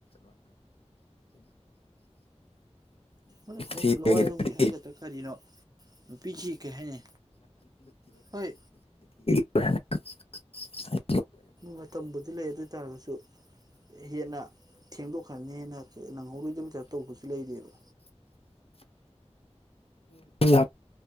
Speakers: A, on the right; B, on the left.
A: ꯍꯣꯏ ꯁꯨꯝ
B: ꯊꯤꯕꯒꯤꯗꯤ
A: ꯂꯋꯥꯏꯔꯣꯝꯒꯤ ꯍꯥꯏꯒꯗ꯭ꯔꯥ ꯀꯔꯤꯅꯣ ꯅꯨꯄꯤꯁꯤ ꯀꯩ ꯍꯥꯏꯅꯤ ꯍꯣꯏ
B: ꯍ ꯍ ꯊ
A: ꯃꯥꯇꯝꯕꯨꯗꯤ ꯂꯩ ꯑꯗꯨꯑꯣꯏ ꯇꯥꯔꯒꯁꯨ ꯍꯦꯟꯅ ꯊꯦꯡꯗꯣꯛꯈ꯭ꯔꯅꯤ ꯍꯦꯟꯅ ꯅꯪꯍꯧꯔꯣꯏꯗꯕꯊ ꯇꯧꯕꯁꯨ ꯂꯩꯔꯦꯕ
B: ꯌꯥꯝ